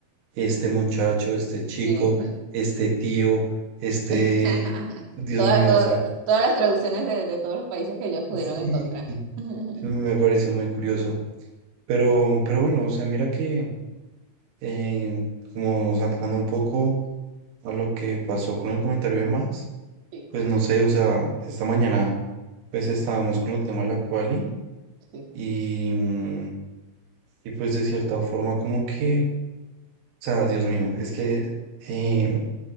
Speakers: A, on the right; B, on the right.
A: este muchacho, este chico,
B: Sí.
A: este tío, este,
B: <laughs>
A: Dios
B: Todas,
A: mío,
B: todas,
A: o sea,
B: todas las traducciones de, de todos los países que ellos pudieron
A: sí,
B: encontrar. <laughs>
A: sí me me parece muy curioso. Pero, pero bueno, o sea, mira que eh, como saltando un poco a lo que pasó con el comentario de más,
B: Sí,
A: pues no sé, o sea, esta mañana pues estábamos con el tema de la quali
B: sí.
A: y, mm, y pues de cierta forma como que, o sea, Dios mío, es que em,